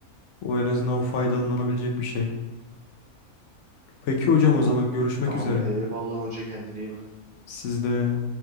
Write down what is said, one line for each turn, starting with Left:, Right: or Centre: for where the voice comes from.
Left: O en azından o faydalanabilecek
Right: hı.
Left: bir şey. Peki hocam
Right: Tamam.
Left: o zaman görüşmek
Right: Tamam.
Left: üzere.
Right: Ey- Eyvallah hoca kendine iyi bak.
Left: Sizde.